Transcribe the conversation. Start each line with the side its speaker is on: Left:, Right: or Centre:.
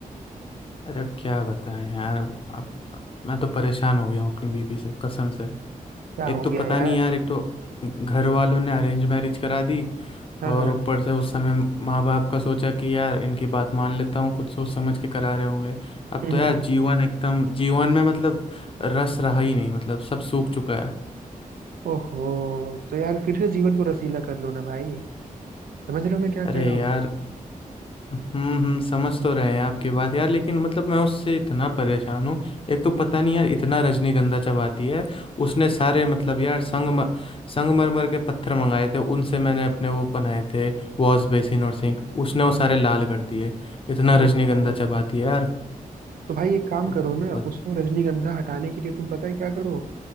Left: अरे अब क्या बताएं यार अब, अब मैं तो परेशान हो गया हूँ अपनी बीवी से कसम से
Right: क्या हो
Left: एक तो
Right: गया
Left: पता
Right: यार
Left: नहीं यार एक तो घर वालों ने अरेंज मैरिज करा दी
Right: हाँ
Left: और
Right: हाँ
Left: ऊपर से उस समय माँ बाप का सोचा कि यार इनकी बात मान लेता हूँ कुछ सोच समझ के करा रहे होंगे अब
Right: हम्म
Left: तो यार
Right: हम्म।
Left: जीवन एकदम जीवन में मतलब रस रहा ही नहीं मतलब सब सूख चुका है
Right: ओहो तो यार फिर से जीवन को रसीला कर लो ना भाई समझ रहे हो मैं क्या
Left: अरे
Right: कह रहा हूँ
Left: यार हम्म हम्म समझ तो रहे हैं आपकी बात यार लेकिन मतलब मैं उससे इतना परेशान हूँ एक तो पता नहीं यार इतना रजनीगंधा चबाती है उसने सारे मतलब यार संग संगमरमर के पत्थर मंगाए थे उनसे मैंने अपने वो बनाए थे वॉश बेसिन और सिंक उसने वो सारे लाल कर दिए इतना
Right: ओहो
Left: रजनीगंधा चबाती है यार
Right: तो भाई एक काम
Left: अब
Right: करो ना
Left: मत-
Right: उसको रजनीगंधा हटाने के लिए तुम पता है क्या करो